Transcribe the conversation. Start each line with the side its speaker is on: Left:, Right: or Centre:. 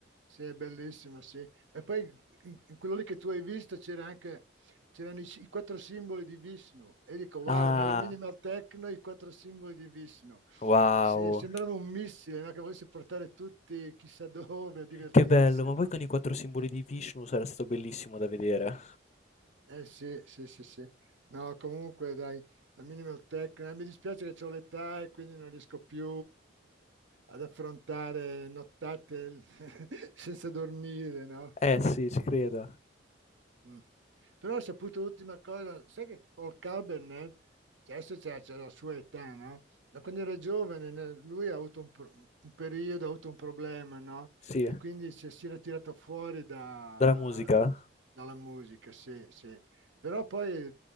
Right: Sì, è bellissimo, sì. E poi in, in quello lì che tu hai visto c'era anche, c'erano i, i quattro simboli di Vishnu. E dico, wow,
Left: Ah,
Right: nella minimal techno i quattro simboli di Vishnu.
Left: wow,
Right: Sì, sembrava un missile, no? Che volesse portare tutti chissà dove a divertirsi,
Left: che bello, ma
Right: no?
Left: poi con i quattro simboli di Vishnu sarà stato bellissimo da vedere.
Right: Eh sì, sì, sì, sì. No, comunque dai, la minimal techno. eh, mi dispiace che ho l'età e quindi non riesco più ad affrontare nottate <laughs> senza dormire, no?
Left: Eh sì, ci credo.
Right: Mm. Però ho saputo l'ultima cosa, sai che Paul Kalbrenner, che adesso c'è c'è la sua età, no? Ma quando era giovane ne- lui ha avuto un, pro- un periodo, ha avuto un problema, no?
Left: Sì,
Right: E quindi si si era tirato fuori da-
Left: dalla musica?
Right: dalla musica, sì, sì. Però poi